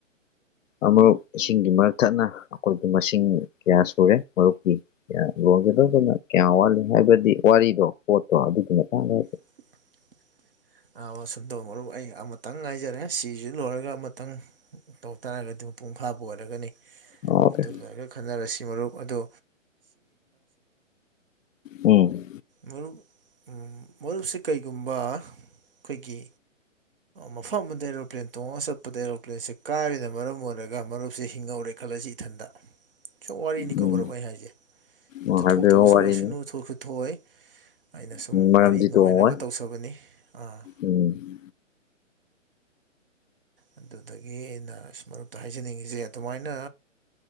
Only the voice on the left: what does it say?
ꯑꯃ ꯏꯁꯤꯡꯒꯤ ꯃꯔꯛ ꯊꯠꯅ ꯑꯩꯈꯣꯏꯒꯤ ꯃꯁꯤꯡ ꯀꯌꯥ ꯁꯨꯔꯦ ꯃꯔꯨꯞꯀꯤ ꯌꯣꯟꯒꯗꯧꯕꯅ ꯀꯌꯥꯝ ꯋꯥꯠꯂꯤ ꯍꯥꯏꯕꯗꯤ ꯋꯥꯔꯤꯗꯣ ꯄꯣꯠꯇꯣ ꯑꯗꯨꯒꯤ ꯃꯇꯥꯡꯗ ꯍꯥꯏꯕ
ꯍꯥꯏꯐꯦꯠ
ꯎꯝ
ꯎꯝ
ꯑꯣ ꯍꯥꯏꯕꯤꯔꯛꯑꯣ
ꯋꯥꯔꯤꯅꯤ
ꯎꯝ ꯃꯔꯝꯗꯤ
ꯇꯣꯡꯉꯣꯏ
ꯎꯝ